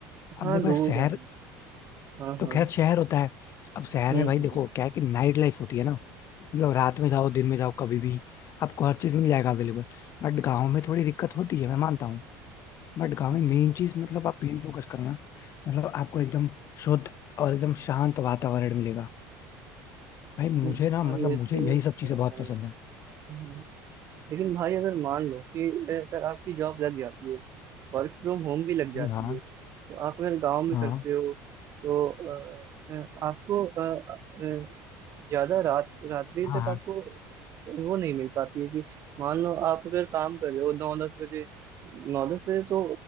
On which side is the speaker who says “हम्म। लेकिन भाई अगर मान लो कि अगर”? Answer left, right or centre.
Right